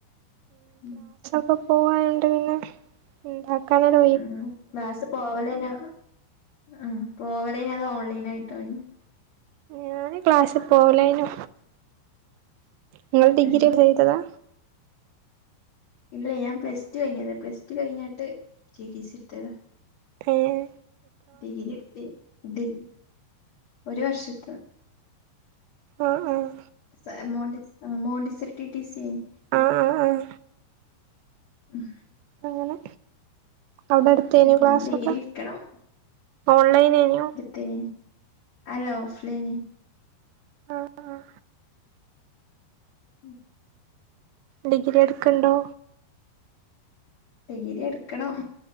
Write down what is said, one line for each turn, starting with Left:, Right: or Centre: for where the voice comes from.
Left: <unintelligible>
Right: അപ്പോ പോവാനുണ്ട് പിന്നെ ഉണ്ടാക്ക <unintelligible>
Left: ആഹ് ക്ലാസ്സി പോവലേനോ ആഹ് പോവലേതോ അതോഓൺലൈൻ ആയിട്ടേനിയോ
Right: ഞാന് ക്ലാസ്സിൽ പോവലേനിയു നിങ്ങൾ ഡിഗ്രി
Left: ഏഹ്
Right: ചെയ്തതാ
Left: ഇല്ല ഞാൻ പ്ലസ് ടു കഴിഞ്ഞത പ്ലസ് ടു കഴിഞ്ഞാട്ട് ടി ടി സി ഇട്ത്തതാ
Right: ഏഹ്
Left: ഡിഗ്രീ ഇട്ത്തി <unintelligible> ഒരു വർഷത്ത
Right: ആഹ് ആഹ്
Left: സ മോണ്ടി മോണ്ടിസർ ടി ടി സി ഏനി
Right: ആഹ് ആഹ് ആഹ്
Left: ഉം
Right: അങ്ങനെ അവിടെ എടുത്തേനോ ക്ലാസ്സൊക്കെ
Left: ഇഞ്ഞ് ഡിഗ്രി ഇട്ക്കണം
Right: ഓൺലൈനേനോ?
Left: തേനി അല്ല ഓഫ്‌ലൈൻ
Right: ആഹ് ആഹ്
Left: ഉം
Right: ഡിഗ്രി എടുക്കണ്ടോ?
Left: ഡിഗ്രി എടുക്കണം.